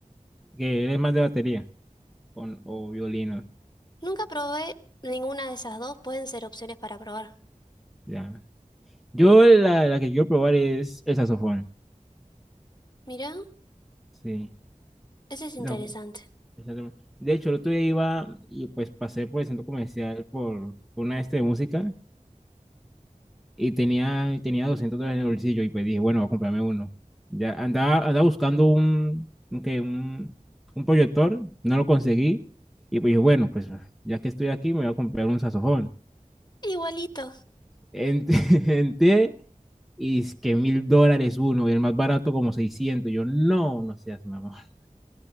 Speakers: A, in the centre; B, on the left.
A: Que eres más de batería o, o violino.
B: Nunca probé ninguna de esas dos, pueden ser opciones para probar.
A: Ya. Yo la, la que quiero probar es el saxofón.
B: Mirá,
A: Sí.
B: ese es interesante.
A: El saxofón, el saxofón. De hecho, el otro día iba y pues pasé por el centro comercial por, por una este de música y tenía, tenía 200 dólares en el bolsillo y pues dije, bueno, voy a comprarme uno. Ya andaba, andaba buscando un, un, qué, un, un proyector, no lo conseguí y pues dije, bueno, pues ya que estoy aquí me voy a comprar un saxofón.
B: Igualito.
A: Ent- <laughs> Entré y es que mil dólares uno y el más barato como seiscientos Yo, no, no seas mamá. <laughs>